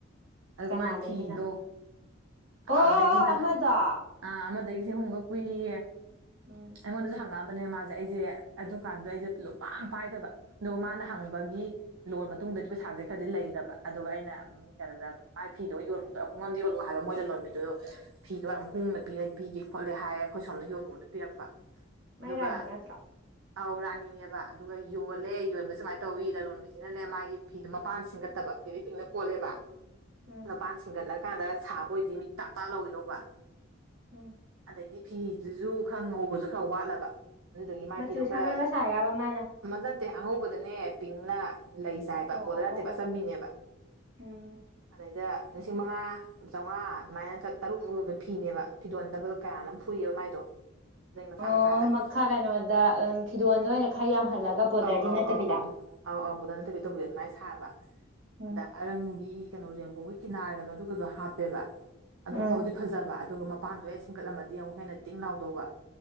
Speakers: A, on the right (about 80°); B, on the right (about 65°).
A: ꯑꯗꯨꯒ
B: ꯀꯅꯥꯗꯒꯤꯅ
A: ꯃꯥꯏ ꯐꯤꯗꯣ
B: ꯑꯣ
A: ꯑꯥꯗꯒꯤꯅ
B: ꯑꯣ ꯑꯣ ꯑꯃꯗꯣ
A: ꯑꯥ ꯑꯥꯃꯗꯒꯤ ꯂꯤꯁꯤꯡ ꯑꯍꯨꯝꯃꯨꯛꯀ ꯄꯨꯏꯌꯦꯌꯦ
B: ꯎꯝ
A: ꯑꯩꯉꯣꯟꯗꯁꯨ ꯍꯪꯉꯛꯑꯝꯕꯅꯦ ꯃꯥꯁꯦ ꯑꯩꯁꯦ ꯑꯗꯨ ꯀꯥꯟꯗ ꯑꯩꯁꯦ ꯂꯨꯄꯥ ꯑꯃꯇ ꯄꯥꯏꯗꯕ ꯑꯗꯨꯒ ꯃꯥꯅ ꯍꯪꯕꯒꯤ ꯂꯣꯟ ꯃꯇꯨꯡꯗꯗꯤ ꯄꯩꯁꯥꯁꯦ ꯈꯔꯗꯤ ꯂꯩꯔꯕ ꯑꯗꯨꯒ ꯑꯩꯅ ꯀꯩꯅꯣꯗ ꯃꯥꯏ ꯐꯤꯗꯣ ꯌꯣꯟꯕꯗꯣ ꯑꯩꯉꯣꯟꯗ ꯌꯣꯜꯂꯛꯑꯣ ꯍꯥꯏꯕ ꯃꯣꯏ ꯂꯂꯣꯟꯕꯤꯗꯨ ꯐꯤꯗꯣ ꯑꯃꯨꯛ ꯍꯣꯡꯅ ꯄꯤꯔ ꯄꯤꯒꯦ ꯈꯣꯠꯂꯦ ꯍꯥꯏꯔꯦ ꯑꯩꯈꯣꯏ ꯁꯣꯝꯗ ꯌꯣꯜꯂꯛꯑꯣꯅ ꯄꯤꯔꯛꯄ
B: ꯃꯥꯏ
A: ꯑꯗꯨꯒ
B: ꯔꯥꯅꯤ ꯅꯠꯇ꯭ꯔꯣ
A: ꯑꯧ ꯔꯥꯅꯤꯅꯦꯕ ꯑꯗꯨꯒ ꯌꯣꯜꯂꯦ ꯌꯣꯟꯕꯁꯦ ꯀꯃꯥꯏꯅ ꯇꯧꯋꯤ ꯂꯂꯣꯟꯕꯤ ꯂꯂꯣꯟꯕꯤꯁꯤꯅꯅꯦ ꯃꯥꯒꯤ ꯐꯤꯗꯣ ꯃꯄꯥꯟ ꯁꯤꯟꯒꯠꯇꯕ ꯕꯦꯕꯤ ꯄꯤꯡꯅ ꯀꯣꯠꯂꯦꯕ
B: ꯎꯝ
A: ꯃꯄꯥꯟ ꯁꯤꯟꯒꯠꯂ ꯀꯥꯟꯗ ꯁꯥꯕ ꯑꯣꯏꯗꯤ ꯃꯤꯠ ꯇꯥꯞ ꯇꯥꯥꯞ ꯂꯧꯒꯤꯗꯧꯕ
B: ꯎꯝ
A: ꯑꯗꯩꯗꯤ ꯐꯤꯗꯨꯁꯨ ꯈꯔ ꯉꯧꯕꯁꯨ ꯈꯔ ꯋꯥꯠꯂꯕ ꯑꯗꯨꯗꯨꯒꯤ ꯃꯥꯥꯏ
B: ꯃꯆꯨ
A: ꯐꯤꯗꯣ ꯈꯔ
B: ꯁꯪꯉꯒ ꯁꯥꯏꯔꯕ ꯃꯥꯅ
A: ꯃꯖꯛꯇꯦ ꯑꯉꯧꯕꯗꯅꯦ ꯄꯤꯡꯅ ꯂꯩ ꯆꯥꯏꯕ
B: ꯑꯣ
A: ꯕꯣꯗꯔ
B: ꯑꯣ
A: ꯅꯠꯇꯦꯕ
B: ꯑꯣ ꯑꯣ ꯑꯣ
A: ꯃꯤꯅꯦꯕ
B: ꯎꯝ
A: ꯑꯗꯩꯗ ꯂꯤꯁꯤꯡ ꯃꯉꯥ ꯆꯥꯎꯉꯥ ꯑꯗꯨꯃꯥꯏꯅ ꯆꯠ ꯇꯔꯨꯛ <unintelligible> ꯐꯤꯅꯦꯕ ꯐꯤꯗꯣꯟ ꯗꯕꯜ ꯀꯌꯥꯅꯣꯃ ꯐꯨꯏꯑꯦꯕ ꯃꯥꯏꯗꯣ ꯂꯩ ꯃꯆꯥ
B: ꯑꯣ
A: ꯃꯆꯥꯗ
B: ꯃꯈꯥ ꯀꯩꯅꯣꯗ ꯎꯝ ꯐꯤꯗꯣꯟꯗ ꯑꯣꯏꯅ ꯈꯔ ꯌꯥꯝꯍꯜꯂꯒ ꯕꯣꯔꯗꯔꯗꯤ
A: ꯑꯧ ꯑꯧ
B: ꯅꯠꯇꯕꯤꯗ
A: ꯑꯧ ꯑꯧ ꯑꯧ ꯑꯥꯎ ꯕꯣꯔꯗꯔ ꯅꯠꯇꯕꯤ <unintelligible> ꯑꯗꯨꯃꯥꯏꯅ ꯁꯥꯕ
B: ꯎꯝ
A: ꯑꯗ ꯑꯔꯪꯕꯤ ꯀꯩꯅꯣ ꯔꯦꯝꯕꯣꯒꯤ ꯀꯤꯅꯥꯔꯒꯗꯣ ꯑꯗꯨꯒꯗꯣ ꯍꯥꯞꯄꯦꯕ ꯑꯗꯨꯝ
B: ꯎꯝ
A: ꯐꯕꯨꯗꯤ ꯐꯖꯕ ꯑꯗꯨꯒ ꯃꯄꯥꯟꯗꯣ ꯍꯦꯛ ꯁꯤꯡꯒꯠꯂꯝꯃꯗꯤ ꯑꯃꯨꯛ ꯍꯦꯟꯅ ꯇꯤꯡ ꯂꯥꯎꯗꯧꯕ